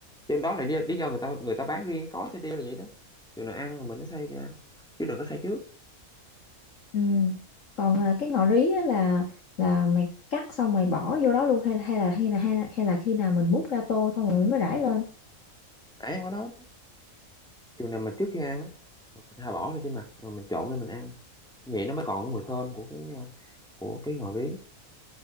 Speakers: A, in the centre; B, on the left.
A: cho nên đó là lý, lý do người ta người ta bán riêng cái gói xay tiêu là vậy đó trường nào ăn rồi mình mới xay ra chứ đừng có xay trước
B: Ừ. Còn à, cái ngò rí á là là mày cắt xong mày bỏ vô đó luôn hay hay là hay là hay là, hay là khi nào mình múc ra tô xong rồi mình mới rải lên.
A: nãy em có nói đó, trường nào mà trước khi ăn á mình thà bỏ lên trên mặt rồi mình trộn lên mình ăn vậy nó mới còn cái mùi thơm của cái à, của cái ngò rí